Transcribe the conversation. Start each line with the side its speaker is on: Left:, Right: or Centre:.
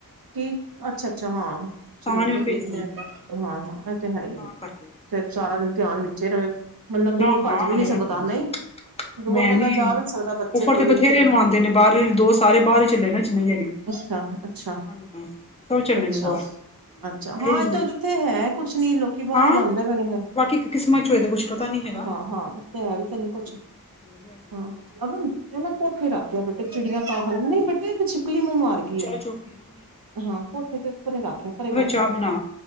Right: ਕੀ ਅੱਛਾ, ਅੱਛਾ ਹਾਂ, ਹਾਂ ਸਰੀਰ
Left: ਨੀ
Right: ਤਾਂ
Left: ਮੈਂ ਭੇਜਦੀ
Right: ਠੀਕ ਨਹੀਂ ਰਹਿੰਦਾ ਹਾਂ, ਹਾਂ ਇਹ ਤੇ ਹੈ ਹੀ
Left: ਤਾਂ
Right: ਹੈ
Left: ਕਰਕੇ
Right: ਫਿਰ ਸਾਰਾ ਦਿਨ ਧਿਆਨ ਵਿੱਚ ਰਹੇ ਬੰਨ ਦੂਰ
Left: ਨਾ ਨਾ
Right: ਭੱਜ ਵੀ ਨੀ
Left: ਰਹਿਣ
Right: ਸਕਦਾ
Left: ਦੋ
Right: ਨਹੀਂ ਦੂਰ
Left: ਮੈਂ
Right: ਬੰਦਾ
Left: ਨੀ
Right: ਜਾ ਵੀ ਨਹੀਂ ਸਕਦਾ ਬੱਚੇ
Left: ਉਫਰ
Right: ਕੋਲ
Left: ਤੇ
Right: ਵੀ
Left: ਬਥੇਰੇ ਨੂੰ ਆਉਂਦੇ ਨੇ ਬਾਹਰ ਦੇ ਸਾਰੇ ਬਾਹਰ ਹੀ ਚੱਲੇ ਨੇ ਜਿੰਨੇ ਹੀ ਹੈਗੇ ਨੇ
Right: ਅੱਛਾ ਅੱਛਾ
Left: ਹਾਂ ਸਭ ਚੱਲੇ
Right: ਅੱਛਾ
Left: ਨੇ ਬਾਹਰ
Right: ਅੱਛਾ, ਹਾਂ
Left: ਇਹੀ
Right: ਅੱਜ ਕੱਲ ਤਾਂ ਇੱਥੇ ਹੈ ਕੁਛ ਨੀ ਲੋਕੀ ਬਾਹਰ
Left: ਹਾਂ
Right: ਹੀ ਜਾਂਦੇ ਪੈਨੂੰ ਫੇਰ
Left: ਬਾਕੀ ਕਿਸਮਤ ਚ ਹੋਏ ਤੇ ਕੁੱਛ ਪਤਾ ਨੀ ਹੈਗਾ
Right: ਹਾਂ- ਹਾਂ ਤੇ ਹੈ ਵੀ ਇਥੇ ਕੁਛ
Left: ਹਾਂ
Right: ਹਾਂ,
Left: ਚਲ ਜਾਏਗਾ ਹਾਂ
Right: ਅਗਮ ਇਹ ਨਾ
Left: ਤੇ
Right: ਕੋਠੇ ਰਖ ਬੇਟੇ ਚਿੜੀਆਂ ਕਾ ਖਾਨ ਨਹੀਂ ਬੇਟੇ ਛਿਪਲੀ ਮੂੰਹ ਮਾਰ ਗਈਏ
Left: ਚੁਪੀ ਹੋਗੀ
Right: ਹਾਂ ਕੋਠੇ ਚ ਪਰੇ ਰੱਖਿਆ, ਪਰੇ ਕਰਕੇ
Left: ਚਾਹ ਬਣਾ